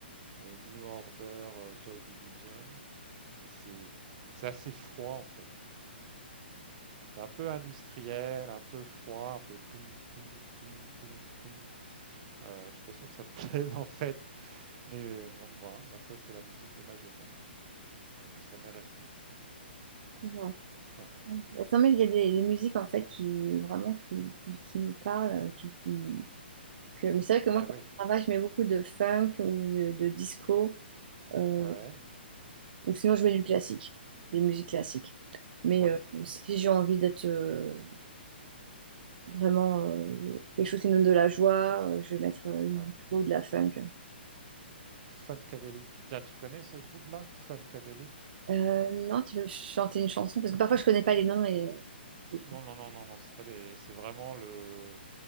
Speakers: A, on the right (about 40°); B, on the right (about 55°).
A: euh, New Order, euh, Joy Division. Et c'est, c'est assez froid en fait. C'est un peu industriel, un peu froid, un peu toum, toum, toum, toum, toum. Euh, je ne suis pas sûr que ça te <laughs> plaise en fait, mais euh, moi, moi, hein, moi, ça c'est la musique de ma jeunesse en fait. Donc euh, ça m'est resté.
B: Ouais.
A: Ouais.
B: Ouais. Non, mais il y a des, des musiques en fait qui vraiment qui, qui, qui me parlent, euh, qui font que. Mais c'est vrai que moi,
A: Bah
B: quand
A: oui.
B: je travaille, je mets beaucoup de funk ou de, de disco, euh,
A: Ouais.
B: ou sinon je
A: Ouais.
B: mets du classique, des musiques classiques. Mais
A: Ouais.
B: euh,
A: Ouais.
B: si
A: c'est-
B: j'ai envie d'être euh, vraiment euh, quelque chose qui me donne de la joie, euh, je vais mettre euh, du
A: ouais.
B: disco, de la funk.
A: Funkadelic. Tiens, tu connais ce groupe-là? Funkadelic?
B: Euh, non, tu veux me chanter une chanson? Parce que parfois, je connais pas les noms et... <laughs>
A: Non, non, non, non, non. C'est pas des. C'est vraiment le